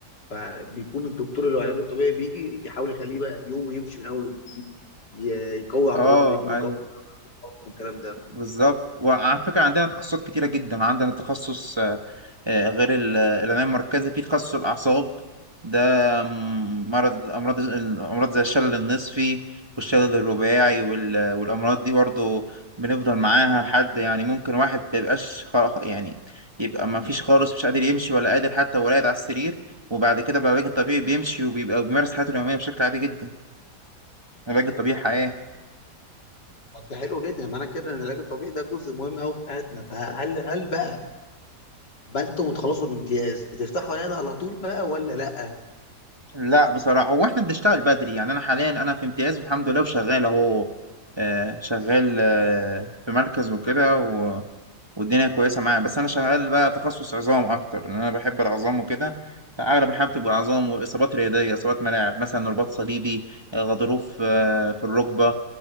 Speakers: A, on the left; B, on the right.
A: فبيكون الدكتور اللي هو العلاج الطبيعي بيجي يحاول يخليه بقى يوم يمشي من اول وجديد ي- يقوي عضلات
B: اه
A: رجله يقوي
B: ايوه
A: عضلات بطنه والكلام ده
B: بالظبط وعلى فكرة عندنا تخصصات كتيرة جدا عندنا تخصص آه، آه، غير ال- العناية المركزة في تخصص الأعصاب ده م- مرض أمراض الأمراض زي الشلل النصفي والشلل الرباعي وال- والأمراض دي برضه بنفضل معاها لحد يعني ممكن واحد مبيبقاش خ- يعني يبقى ما فيش خالص مش قادر يمشي ولا قادر حتى ولا قاعد على السرير وبعد كده بالعلاج الطبيعي بيمشي وبيبقى بيمارس حياته اليومية بشكل عادي جدا العلاج الطبيعي حياة
A: طب ده حلو جدا معنى كده ان العلاج الطبيعي ده جزء مهم قوي في حياتنا فهل هل بقى بقى انتوا بتخلصوا الامتياز بتفتحوا عياده على طول بقى ولا لا
B: لا بصراحة هو احنا بنشتغل بدري يعني انا حاليا انا في امتياز الحمد لله وشغال اهو آه، شغال آه، في مركز وكده و- والدنيا كويسة معايا بس انا شغال بقى تخصص عظام اكتر لان انا بحب العظام وكده فاغلب الحاجة بتبقى عظام واصابات رياضية اصابات ملاعب مثلا رباط صليبي آه، غضروف آه، في الركبة